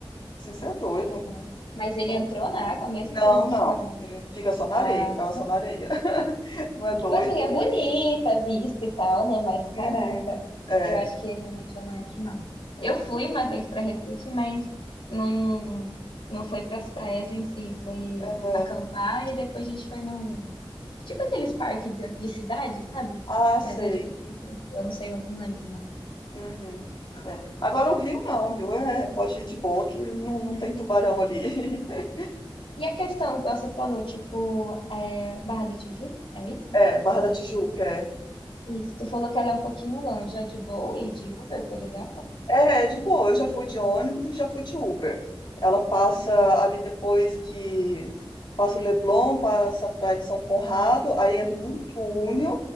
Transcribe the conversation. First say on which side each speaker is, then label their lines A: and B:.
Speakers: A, on the left; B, on the left.
A: Assim, você é doido.
B: sai fora. Mas
A: Eu
B: ele
A: não,
B: entrou na água mesmo
A: não,
B: com os
A: não.
B: tubarão ali?
A: Ele fica só na
B: Ah,
A: areia, ficava só na areia. <laughs> Não é doido?
B: tipo assim, é bonita a vista e tal, né? Mas caraca,
A: Uhum. É,
B: eu acho que realmente eu não entro, não.
A: é.
B: Eu fui uma vez pra Recife, mas não, não foi pras praias em si. Foi
A: Aham.
B: acampar e depois a gente foi num. Tipo aqueles parques de, de cidade, sabe?
A: Ah, sei.
B: Mas é de Recife, em si, eu não sei, eu não lembro o nome.
A: Uhum. É. Agora o Rio não, o Rio é, pode ir de boa, que não, não tem tubarão ali. <laughs>
B: E a questão que você falou, tipo, é Barra da Tijuca? É isso?
A: É, Barra
B: Barra
A: da
B: da...
A: Tijuca, é.
B: Isso. Tu falou que ela é um pouquinho longe. É de boa e de Uber, por exemplo?
A: É, é de boa, eu já fui de ônibus e já fui de Uber. Ela passa ali depois que passa o Leblon, passa a Praia de São Conrado, aí entra num túnel.